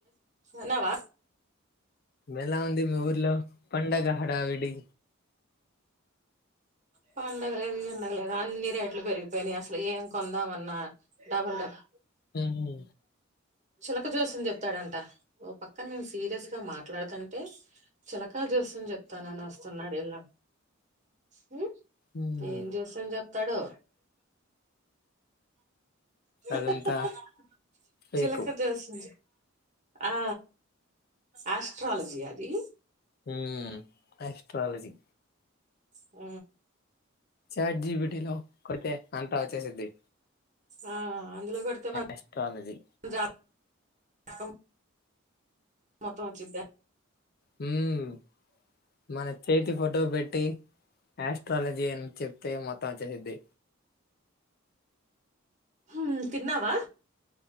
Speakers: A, on the right (about 35°); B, on the left (about 50°).
A: ఉన్నావ
B: వెలా ఉంది మీ ఊర్లో పండగ హడావిడి
A: పండగ లేదు గిండగలేదు అన్ని రేట్లు పెరిగిపోయినయి అసలు ఏం కొందామన్నా డబల్ డబల్
B: హు ఉ
A: చిలక జోస్యం చెప్తాడంట ఓ పక్కన మేం సీరియస్ గా మాట్లాడుతంటే చిలక క జోస్యం చెప్తాను అని వస్తన్ <unintelligible> హు ఇంకా
B: ఉమ్.
A: ఎమ్ జేస్తాం చెప్ తడు <unintelligible> <unintelligible>
B: అదంతా ఫేకు
A: చిలక జోస్యం ఆ ఆస్ట్రాలజీ అది
B: హ్మ్ ఆస్ట్రాలజీ
A: ఊ
B: చారిజీ బెట్టిన కొడితే అంతా వచ్చేసుద్ది
A: ఆ అందులో కొడితే
B: ఆస్ట్రాలజీ
A: <unintelligible> యామ్ మొత్తం వచ్చుంద్ద
B: హ్మ్ మన చేతి ఫోటో పెట్టి యాస్ట్రాలజీ అని చెప్ తే మొత్తం వచ్చెసుద్ది
A: హ్మ్ తిన్నావా